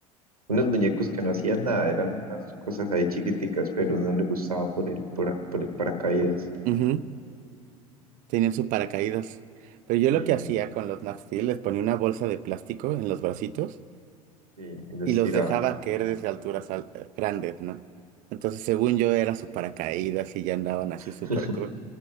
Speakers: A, on the right; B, on the right.
A: Unos muñecos que no hacían nada, eran unas cosas ahí chiquiticas, pero uno le gustaba por el, por, por el paracaídas.
B: Ujú. Tenían su paracaídas. Pero yo
A: Sí,
B: lo que hacía con los Nat Steel, les ponía una bolsa de plástico en los bracitos
A: sí, y los
B: y los
A: tirabas.
B: dejaba caer desde alturas al- eh, grandes, ¿no? Entonces, según yo, era su paracaídas y ya andaban así súper
A: <laughs>
B: cool.